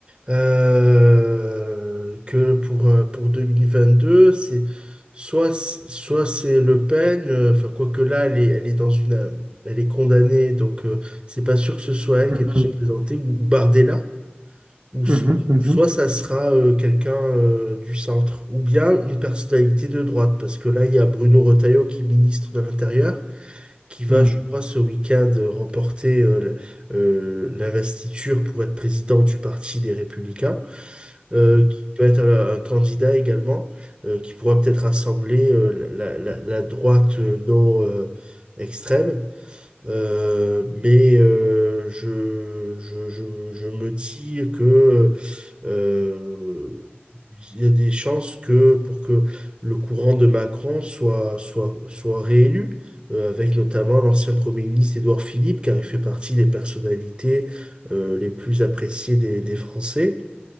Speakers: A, on the right; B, on the right.
A: euh, que pour, euh, pour 2022, c'est soit, c'est- soit c'est Le Pen, euh, enfin, quoique là, elle est, elle est dans une, euh, elle est condamnée, donc euh, c'est pas sûr que ce soit elle
B: Mhm,
A: qui ait pu se présenter, ou, ou Bardella. Ou, s-
B: mhm, mhm,
A: ou soit ça sera euh, quelqu'un euh, du centre, ou bien une personnalité de droite, parce que là, il y a Bruno Retailleau qui est ministre de l'Intérieur, qui va,
B: mhm,
A: je crois, ce week-end euh, remporter euh, l- euh, l'investiture pour être président du Parti des Républicains, euh, qui peut être un, un candidat également, euh, qui pourra peut-être rassembler euh, la, la- la droite euh, non euh, extrême. Euh, mais euh, je, je, je, je me dis que euh, il y a des chances que pour que le courant de Macron soit, soit, soit réélu, euh, avec notamment l'ancien Premier ministre Édouard Philippe, car il fait partie des personnalités euh, les plus appréciées des, des Français.